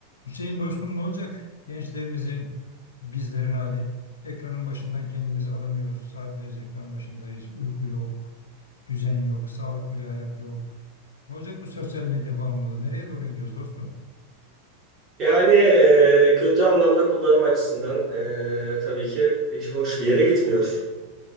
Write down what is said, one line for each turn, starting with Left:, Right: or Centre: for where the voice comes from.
Left: Hüseyin dostum ne olacak? Gençlerimizin, bizlerin hali. Ekranın başından kendimizi alamıyoruz. Saatlerce ekran başındayız. Uyku yok, düzen yok, sağlıklı bir hayat yok. Ne olacak bu sosyal medya bağımlılığı? Nereye doğru gidiyoruz dostum?
Right: Yani e, kötü anlamda kullanım açısından e, tabii ki hiç hoş bir yere gitmiyor.